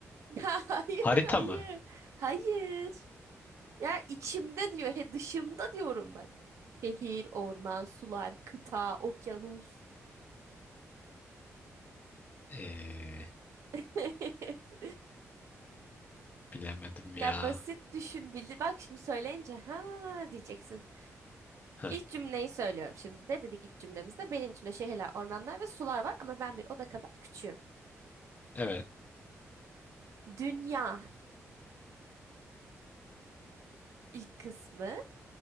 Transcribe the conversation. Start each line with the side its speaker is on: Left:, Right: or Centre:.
Right: Ya hayır,
Left: <laughs> Harita
Right: hayır.
Left: mı?
Right: Hayır. Ya içimde diyor, he dışımda diyorum bak. Şehir, orman, sular, kıta, okyanus.
Left: Ee,
Right: <laughs>
Left: Bilemedim ya.
Right: Ya basit düşün bildi. Bak şimdi söyleyince ha diyeceksin.
Left: Heh,
Right: İlk cümleyi söylüyorum şimdi. Ne dedik ilk cümlemizde? Benim içimde şehirler, ormanlar ve sular var ama ben bir oda kadar küçüğüm.
Left: evet.
Right: Dünya ilk kısmı.